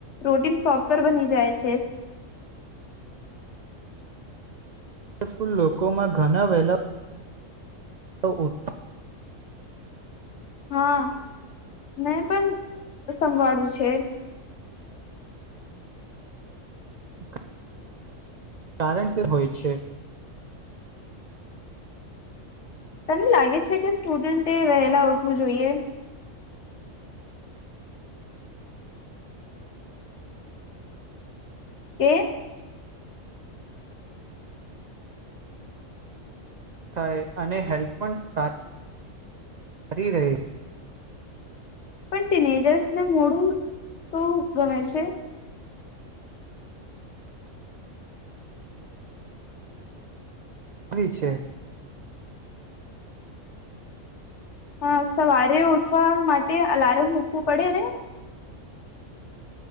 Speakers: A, on the left (about 65°); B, on the right (about 85°).
A: રોટીન પ્રોપર બની જાય છે.
B: સકુલ લોકોમાં ઘણા વહેલા તો ઉઠ
A: હા મેં પણ સંવાળું છે.
B: <inaudible> કારણ કે હોય છે.
A: તને લાગે છે કે સ્ટુડન્ટ એ વહેલા ઉઠવું જોઈએ. કેમ
B: થાય અને હેલ્થ પણ સાર સહી રહે
A: પણ ટીનેજર્સને મોડું શું ગમે છે.
B: કોની છે.
A: હ સવારે ઉઠવા માટે અલાર્મ મૂકવું પડે ને